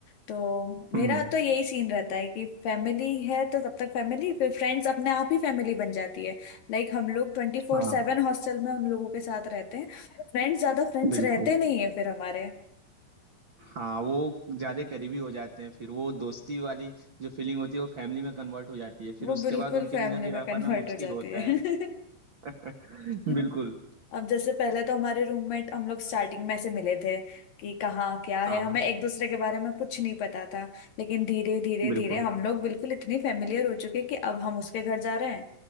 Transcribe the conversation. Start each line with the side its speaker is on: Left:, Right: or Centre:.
Left: तो मेरा
Right: हम्म हम्म।
Left: तो यही सीन रहता है कि फैमिली है तो तब तक फैमिली फिर फ्रेंड्स अपने आप ही फैमिली बन जाती है लाइक हम लोग ट्वेंटी फोर
Right: हाँ
Left: सेवन हॉस्टल में उन लोगों के साथ रहते हैं फ्रेंड्स ज्यादा फ्रेंड्स
Right: बिल्कुल
Left: रहते नहीं है फिर हमारे
Right: हाँ वो ज्यादा करीबी हो जाते हैं फिर वो दोस्ती वाली जो फीलिंग होती है वो फैमिली में कन्वर्ट हो जाती है फिर
Left: वो
Right: उसके
Left: बिल्कुल
Right: बाद उनके
Left: फैमिली
Right: बिना भी
Left: में
Right: रह
Left: कन्वर्ट
Right: पाना मुश्किल
Left: हो जाती
Right: होता
Left: है
Right: है <laughs>
Left: <laughs>
Right: बिल्कुल
Left: अब जैसे पहले तो हमारे रूममेट हम लोग स्टार्टिंग में ऐसे मिले थे कि कहाँ क्या है
Right: हाँ
Left: हमें
Right: हाँ
Left: एक दूसरे के बारे में कुछ नहीं पता था लेकिन धीरे धीरे
Right: बिल्कुल
Left: धीरे हम लोग बिल्कुल इतनी फेमिलियर हो चुके कि अब हम उसके घर जा रहे हैं